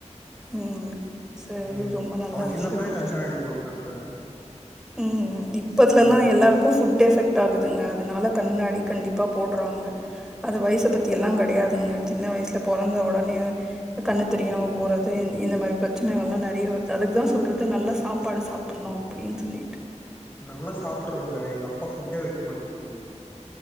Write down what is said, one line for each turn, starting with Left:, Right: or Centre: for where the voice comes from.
Centre: ம் சரி
Left: ம்
Centre: ரொம்ப நல்ல
Left: அவ சின்னப்பவே
Centre: விஷயம்
Left: கண் கண்ணாடி போட்டுட்டாங்க
Centre: ம் இப்பத்துல
Left: ம்
Centre: எல்லா எல்லாருக்கு ஃபுட் எஃபெக்ட் ஆகுதுங்க அதனால கண்ணாடி கண்டிப்பா போட்றாங்க அது வய்ச பத்தியெல்லா கெடையாதுங்க சின்ன வய்சுல பொறந்த ஒடனவே கண்ணு தெரியாம போறது இன் இந்த மாரி பிரச்சனைகள்லா நறயா வருது அதுக்கு தா சொல்றது நல்ல சாப்பாடு சாப்புட்ணு அப்டின் சொல்லி
Left: நல்லா சாப்புட்றங்க எங்க அப்பா ஃபுட்டே வைக்க மாட்டேங்குங்க